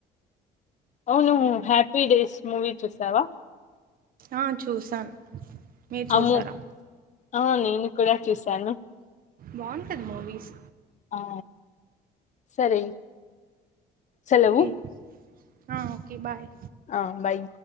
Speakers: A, on the left (about 45°); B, on the right (about 60°).
A: అవును హ్యాపీ డేస్ మూవీ చూసావా
B: ఆ చూసాను మీరు చూసారా
A: అమ్మో ఆ నేను కూడా చూసాను
B: బాగుంటది మూవీస్
A: ఆ సరే సెలవు
B: ఓకే ఆ ఓకే బాయ్
A: ఆ బాయ్